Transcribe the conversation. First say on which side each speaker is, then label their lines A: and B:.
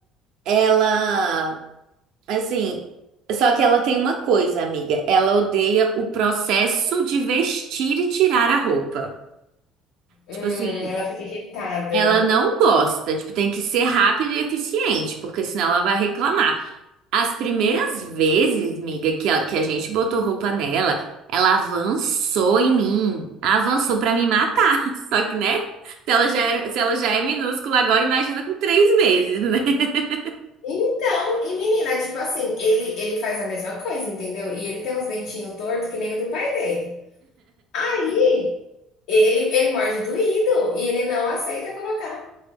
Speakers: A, on the right (about 70°); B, on the left (about 70°).
A: ela, assim, só que ela tem uma coisa, amiga. Ela odeia o processo de vestir e tirar a roupa.
B: Hum,
A: Tipo assim.
B: ela fica irritada.
A: Ela não gosta, tipo, tem que ser rápido e eficiente, porque senão ela vai reclamar. As primeiras vezes, miga, que a, que a gente botou roupa nela, ela avançou em mim, avançou pra me matar. <laughs> Só que, né? Se ela já era, se ela já é minúscula agora, imagina com três meses, né? <laughs>
B: Então, e menina, tipo assim, ele ele faz a mesma coisa, entendeu? E ele tem uns dentinhos tortos que nem o do pai dele. Aí, ele ele morde doído e ele não aceita colocar.